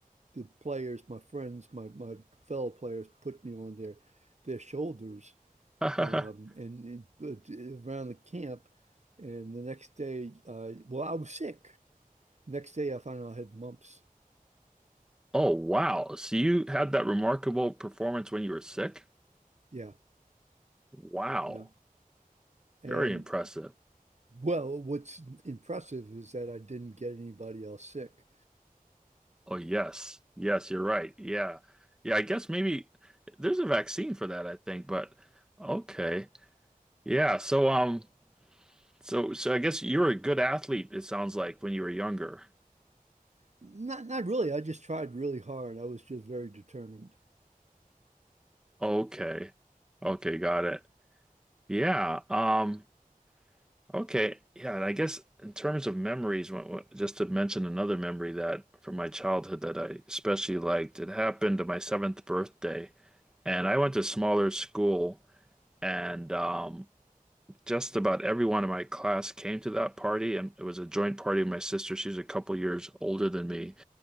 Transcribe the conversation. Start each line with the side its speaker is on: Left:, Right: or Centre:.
Right: the players, my friends, my my fellow players, put me on their their shoulders,
Centre: <laughs>
Right: um, and, and uh, around the camp. And the next day, uh, well, I was sick. Next day, I found out I had mumps.
Centre: Oh, wow. So you had that remarkable performance when you were sick?
Right: Yeah,
Centre: Wow.
Right: yeah. And
Centre: Very impressive.
Right: well, what's impressive is that I didn't get anybody else sick.
Centre: Oh, yes. Yes, you're right. Yeah. Yeah, I guess maybe there's a vaccine for that, I think, but okay. Yeah, so um so so I guess you were a good athlete, it sounds like, when you were younger.
Right: Not not really. I just tried really hard. I was just very determined.
Centre: Okay. Okay, got it. Yeah. Um okay. Yeah, and I guess in terms of memories, wh- wh- just to mention another memory that from my childhood that I especially liked, it happened to my seventh birthday. And I went to smaller school And um, just about everyone in my class came to that party, and it was a joint party with my sister. She's a couple years older than me.